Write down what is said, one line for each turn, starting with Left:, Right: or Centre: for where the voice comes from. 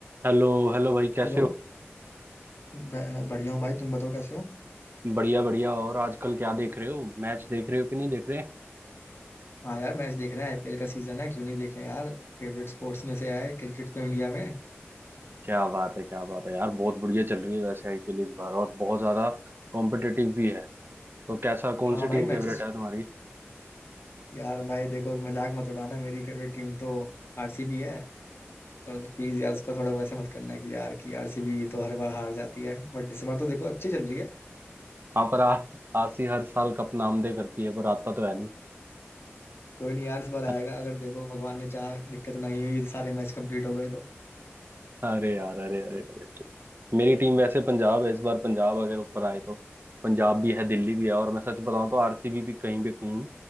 Right: Hello hello भाई कैसे
Left: हेलो
Right: हो
Left: ब- बढ़िया हूँ भाई तुम बताओ कैसे हो
Right: बढ़िया बढ़िया और आजकल क्या देख रहे हो मैच देख रहे हो कि नहीं देख रहे
Left: हाँ यार मैच देख रहे हैं आईपीएल का सीजन है क्यों नहीं देखें यार फेवरेट स्पोर्ट्स में से है क्रिकेट तो इंडिया में
Right: क्या बात है क्या बात है यार बहुत बढ़िया चल रही है वैसे आईपीएल इस बार और बहुत ज्यादा कॉम्पिटिटिव भी है तो कैसा कौन
Left: हाँ
Right: सी
Left: भाई
Right: टीम फेवरेट
Left: मैचेस
Right: है तुम्हारी
Left: यार भाई देखो मजाक मत उड़ाना मेरी फेवरेट टीम तो आरसीबी है तो प्लीज यार उसका थोड़ा वैसा मत करना कि यार कि आरसीबी तो हर बार हार जाती है बट इस बार तो देखो अच्छी चल रही है
Right: हाँ पर आ- आरसी हर साल कप नामदे करती है पर आता तो है नहीं
Left: कोई नहीं यार इस बार आएगा
Right: <laughs>
Left: अगर देखो भगवान ने चाहा दिक्कत नहीं हुई सारे मैच कंप्लीट हो गए तो
Right: अरे यार अरे अरे अरे मेरी टीम वैसे पंजाब है इस बार पंजाब अगर ऊपर आए तो पंजाब भी है दिल्ली भी है और मैं सच बताऊं तो आरसीबी भी कहीं पे कहीं